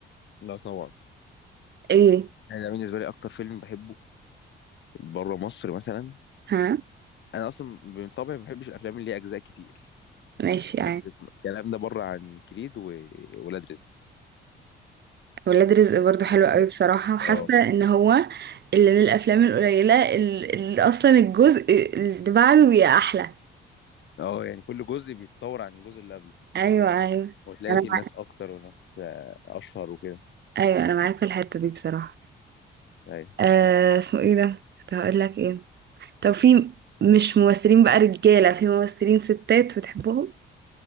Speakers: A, on the left (about 70°); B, on the right (about 60°).
A: لا طبعا
B: ايه
A: انا بالنسبه لي اكتر فيلم بحبه بره مصر مثلا
B: ها
A: انا اصلا من طبعي ما بحبش الافلام اللي ليها اجزاء كتير
B: ماشي يعني
A: بس الكلام ده بره عن كريد وولاد رزق
B: ولاد رزق برضو
A: بحب
B: حلو
A: ولاد
B: قوي
A: رزق.
B: بصراحه وحاسه
A: اه
B: ان هو اللي من الافلام القليله ال- اللي اصلا الجزء اللي بعده بيبقى احلى
A: اه يعني كل جزء بيتطور عن الجزء اللي قبله
B: ايوه ايوه
A: وتلاقي
B: انا
A: فيه
B: معاك
A: ناس اكتر وناس آه، اشهر وكده
B: ايوه انا معاك في الحته دي بصراحه
A: ايوه
B: آه اسمه ايه ده كنت هقول لك ايه طب في مش ممثلين بقى رجاله في ممثلين ستات بتحبهم